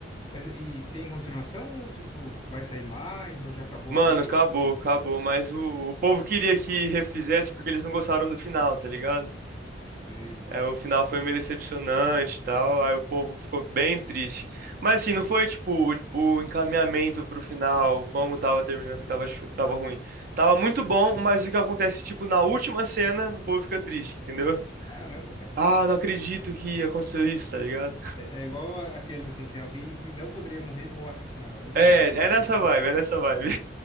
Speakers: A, on the left; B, on the right.
A: Mas e e tem continuação ou, tipo, vai sair mais ou já acabou
B: Mano,
A: ali?
B: acabou, acabou. Mas o, o povo queria que refizesse porque eles não gostaram do final, tá ligado?
A: Sei.
B: É, o final foi meio decepcionante e tal, aí o povo ficou bem triste. Mas assim, não foi tipo o, o encaminhamento pro final, como tava terminando, que tava, chu- tava ruim. Tava muito bom,
A: Uhum.
B: mas o que acontece, tipo, na última cena, o povo fica triste, entendeu?
A: Caramba, cara.
B: Ah, não acredito que aconteceu isso, tá ligado?
A: É, é igual a- aqueles, assim, que alguém que não poderia morrer, morre no final. Aí pronto,
B: É, é
A: você fica...
B: nessa vibe, é nessa vibe,